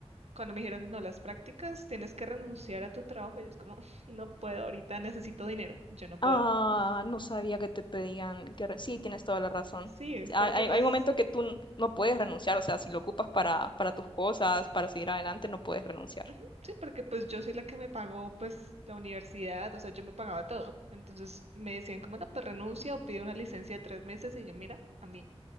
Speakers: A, on the right; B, on the left.
A: cuando me dijeron, no, las prácticas, tienes que renunciar a tu trabajo, yo es como, <laughs> no puedo, ahorita necesito dinero, yo no puedo.
B: Ah, no sabía que te pedían que... re- Sí, tienes toda la razón.
A: Sí,
B: Hay,
A: porque
B: hay,
A: pues,
B: hay momentos que tú n- no puedes renunciar, o sea, si lo ocupas para, para tus cosas, para seguir adelante, no puedes renunciar.
A: ujú, sí, porque pues yo soy la que me pagó pues la universidad, o sea, yo me pagaba todo. Entonces me decían como, no, pues renuncia o pide una licencia de tres meses y yo, mira, a mí